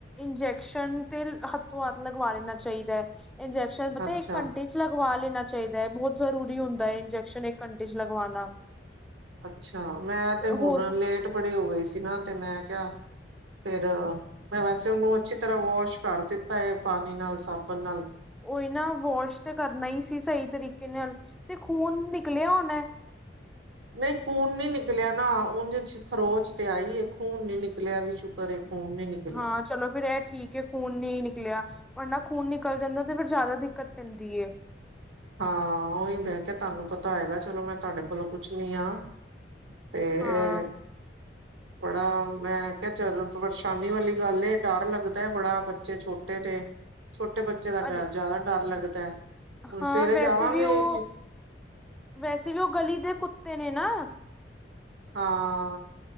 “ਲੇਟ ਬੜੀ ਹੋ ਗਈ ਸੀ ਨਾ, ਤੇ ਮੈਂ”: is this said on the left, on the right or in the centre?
Right